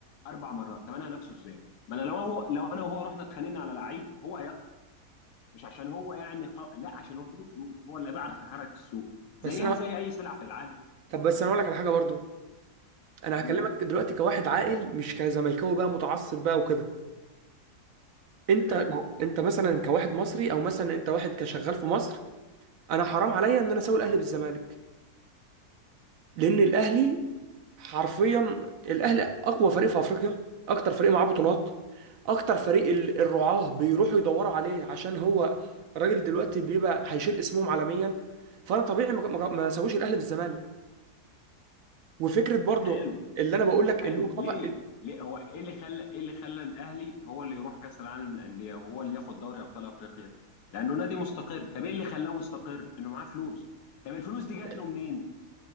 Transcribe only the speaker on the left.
اربع مرات طب انا هنافسه ازاي ما انا لو هو لو انا وهو رحنا اتخانقنا على لعيب هو هياخد مش عشان هو يعني ق... لا عشان هو في ايده فلوس هو اللي بيعرف يحرك السوق زيها
زي اي سلعه في العالم
امم
تمام
حلو
حلو
ليه ليه هو ايه اللي خلى ايه اللي خلى الاهلي هو اللي يروح كاس العالم للانديه وهو اللي ياخد دوري ابطال افريقيا لانه نادي مستقر طب ايه اللي خلاه مستقر انه معاه فلوس طب الفلوس دي جات
له منين